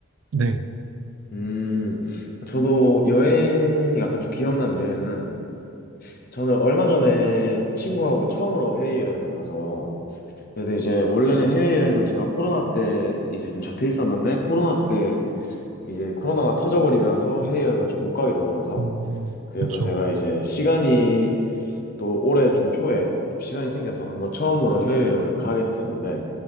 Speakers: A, on the right; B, on the left.
A: 네.
B: 음, 저도 여행, 약간 좀 기억나는 여행은, 저는 얼마 전에 친구하고 처음으로 해외여행을 가서, 그래서 이제 원래는 해외여행을 제가 코로나 때 이제 좀 잡혀 있었는데 코로나 때 이제 코로나가 터져버리면서 해외여행을 좀 못 가게 돼버려서
A: 음, 음,
B: 그래서
A: 그쵸.
B: 제가 이제 시간이 또 올해 좀 초에 좀 시간이 생겨서 한번 처음으로 해외여행을 가게 됐었는데